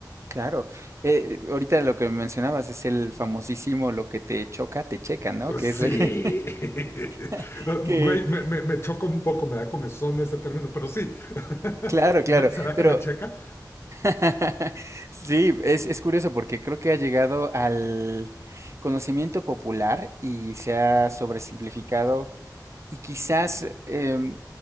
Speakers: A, on the right (about 40°); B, on the left (about 35°).
A: claro. Eh, ahorita lo que mencionabas es el famosísimo lo que te choca, te checa, ¿no? Que
B: Sí.
A: es lo que... <laughs>
B: <laughs>
A: que,
B: Güey, me, me, me choca un poco, me da comezón ese término, pero sí. <laughs>
A: claro,
B: Me-
A: claro,
B: ¿Será
A: pero
B: que me checa?
A: <laughs> sí, es, es curioso porque creo que ha llegado al conocimiento popular y se ha sobresimplificado Y quizás, em,